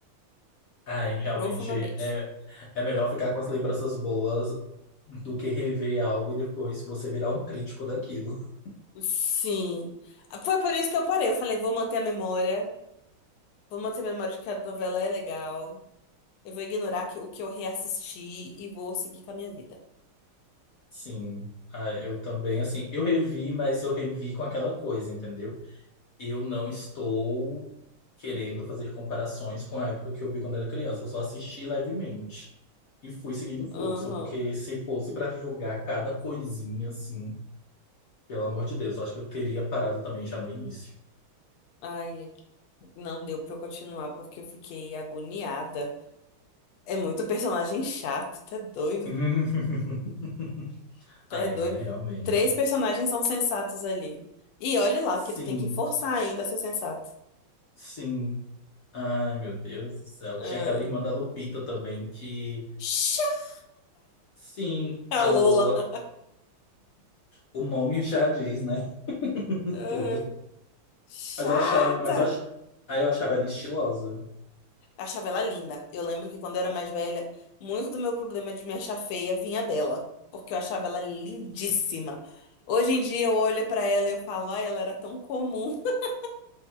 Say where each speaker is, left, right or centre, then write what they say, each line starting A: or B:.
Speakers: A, on the left; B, on the left.
A: Ai, realmente,
B: profundamente.
A: é, é melhor ficar com as lembranças boas do que rever algo e depois você virar um crítico daquilo. <laughs>
B: Sim. Foi por isso que eu parei. Eu falei, vou manter a memória, vou manter a memória de que a novela é legal. Eu vou ignorar que- o que eu reassisti e vou seguir com a minha vida.
A: Sim, ah, eu também, assim, eu revi, mas eu revi com aquela coisa, entendeu? Eu não estou querendo fazer comparações com a época que eu vi quando era criança, eu só assisti levemente e fui seguindo o fluxo,
B: Aham.
A: porque se fosse para julgar cada coisinha, assim, pelo amor de Deus, eu acho que eu teria parado também já no início.
B: Ai. Não deu pra eu continuar porque eu fiquei agoniada. É muito personagem chato, tá doido,
A: <laughs> Ai,
B: tá doido.
A: amiga, realmente.
B: Três personagens são sensatos ali. E olhe lá
A: Sim,
B: que tu tem que forçar ainda a ser sensato.
A: sim. Ai, meu Deus do céu.
B: Ah,
A: Tinha aquela irmã da Lupita também que,
B: chata!
A: sim,
B: A
A: a Lola,
B: Lola.
A: o nome já diz, né? <laughs>
B: Ah,
A: Tudo.
B: chata!
A: Mas eu achava, mas eu ach... Ai, eu achava ela estilosa.
B: Achava ela linda. Eu lembro que quando eu era mais velha, muito do meu problema de me achar feia vinha dela, porque eu achava ela lindíssima. Hoje em dia eu olho pra ela e eu falo, ai, ela era tão comum. <laughs>